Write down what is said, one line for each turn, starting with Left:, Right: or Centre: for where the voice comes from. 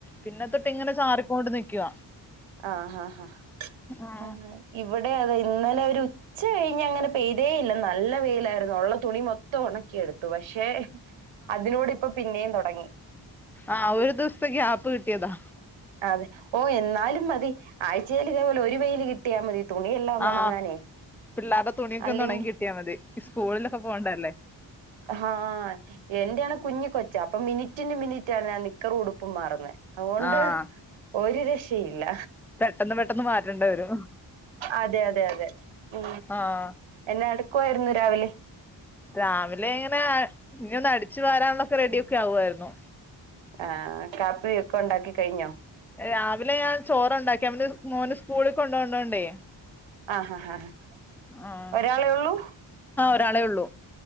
Centre: പിന്നെ തൊട്ട് ഇങ്ങനെ ചാറിക്കൊണ്ട് നിക്കുവ
Right: ആഹ ആഹ
Centre: ആഹ്
Right: ആ ഇവിടെ അതെ അതെ ഇന്നലെ ഒരു ഉച്ച കഴിഞ്ഞ് അങ്ങനെ പെയ്തേ ഇല്ല നല്ല പെയിലായിരുന്നു ഉള്ള തുണി മൊത്തം ഉണക്കിയെടുത്തു പക്ഷെ അതിനോട്പ്പൊ പിന്നെയും തുടങ്ങി
Centre: ആഹ ഒരു ദിവസത്തേക്ക് ഗ്യപ്പ് കിട്ടിയതാ
Right: അതെ ഓ എന്നാലും മതി ആഴ്ചൽ ഇതേപോലെ ഒരു വെയില് കിട്ടിയാൽ മതി തുണിയെല്ലാംന്ന്
Centre: ആഹ്
Right: ഉണങ്ങാനേ
Centre: പിള്ളേരുടെ തുണിയൊക്കെ
Right: അല്ലെങ്കി
Centre: ഒന്ന് ഉണങ്ങി കിട്ടിയാ മതി ഈ സ്കൂളിലൊക്കെ പോകണ്ടല്ലേ
Right: ആഹ എന്റെയാണ് കുഞ്ഞിക്ക കൊച്ച അപ്പൊ മിനിറ്റിന് മിനിറ്റാണ് ആ നിക്കറ ഉടുപ്പ് മാറുന്നത് അതുകൊണ്ട്
Centre: ആഹ്
Right: ഒരു രക്ഷയുംല്ല
Centre: പെട്ടെന്ന് പെട്ടെന്ന് മാറ്റേണ്ടി വരും
Right: അതെ അതെ അതെ ഉ
Centre: ആഹ്
Right: എന്നെ എ ടുക്കുായിരുന്നു രാവിലെ
Centre: രാവിലെ എങ്ങനെ ഇ ഒന്ന് അടിച്ചു വരാനുള്ളൊക്കെ റെഡിയ ഒക്കെ ആവുായിരുന്നു
Right: ആഹ കാപ്പി ഒക്കെ ഉണ്ടാക്കി കഴിഞ്ഞോ
Centre: രാവിലെ ഞാൻ ചോറ് ഉണ്ടാക്കി അവന് മോന് സ്കൂളിൽ കൊണ്ട പോണ്ടോണ്ടേ
Right: ആഹ ഹാ ആാ
Centre: ആ
Right: ഒരാളേ ഉള്ളൂ
Centre: ഒരാളെ ഉള്ളൂ